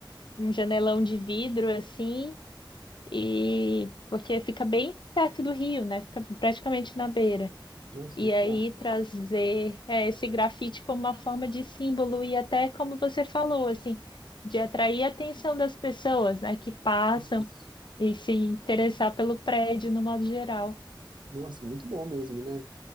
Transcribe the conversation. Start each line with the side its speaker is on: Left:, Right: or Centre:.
Left: um janelão de vidro assim. E porque fica bem perto do rio, né? Fica praticamente na beira.
Right: nossa,
Left: E
Right: muito
Left: aí
Right: bom.
Left: trazer é, esse grafite como uma forma de símbolo e até como você falou, assim, de atrair a atenção das pessoas, né, que passam
Right: Isso.
Left: e se interessar pelo prédio no modo geral.
Right: Nossa, muito bom mesmo, né?